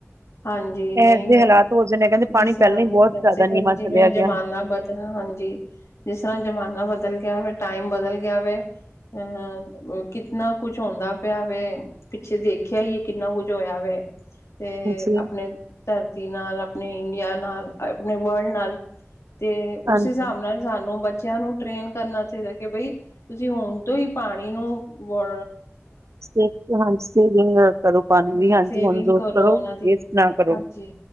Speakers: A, on the left (about 75°); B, on the right (about 85°).
A: ਹਾਂਜੀ
B: ਇਹੋ
A: ਨਹੀਂ-
B: ਜਿਹੇ
A: ਨਹੀਂ
B: ਹਾਲਾਤ ਹੋ ਜਾਣੇ ਕਹਿੰਦੇ ਪਾਣੀ
A: ਜਿਸ ਤਰਾਂ
B: ਪਹਿਲਾਂ ਹੀ ਬਹੁਤ
A: ਕਮ
B: ਜ਼ਿਆਦਾ
A: ਸੇ ਕਮ
B: ਨੀਵਾਂ
A: ਜਿਵੇਂ
B: ਚਲਿਆ
A: ਜ਼ਮਾਨਾ
B: ਗਿਆ
A: ਬਦ ਤੇ ਹਾਂ ਹਾਂਜੀ ਜਿਸ ਤਰ੍ਹਾਂ ਜ਼ਮਾਨਾ ਬਦਲ ਗਿਆ ਵੇ ਟਾਈਮ ਬਦਲ ਗਿਆ ਵੇ ਅਹ ਕਿਤਨਾ ਕੁਛ ਹੁੰਦਾ ਪਿਆ ਵੇ ਪਿੱਛੇ ਦੇਖਿਆ ਹੀ ਏ ਕਿੰਨਾ ਕੁੱਝ ਹੋਇਆ ਵੇ ਤੇ
B: ਹਾਂਜੀ,
A: ਆਪਣੇ ਧਰਤੀ ਨਾਲ, ਆਪਣੇ ਇੰਡੀਆ ਨਾਲ, ਆਪਣੇ ਵਲਡ ਨਾਲ ਤੇ
B: ਹਾਂਜੀ।
A: ਉਸ ਹਿਸਾਬ ਨਾਲ ਸਾਨੂੰ ਬੱਚਿਆਂ ਨੂੰ ਟ੍ਰੇਨ ਕਰਨਾ ਚਾਹੀਦਾ ਕਿ ਬਈ ਤੁਸੀਂ ਹੁਣ ਤੋਂ ਹੀ ਪਾਣੀ ਨੂੰ ਬ
B: ਸੇਵਿ ਹਾਂਜੀ ਸੇਵਿੰਗ ਕਰੋ ਪਾਣੀ
A: ਹਮ
B: ਦੀ ਹਾਂਜੀ
A: ਸੇਵਿੰਗ
B: ਹੁਣ ਜੋ
A: ਕਰੋ ਉਹਨਾਂ ਦੀ,
B: ਵੇਸਟ ਨਾ ਕਰੋ।
A: ਹਾਂਜੀ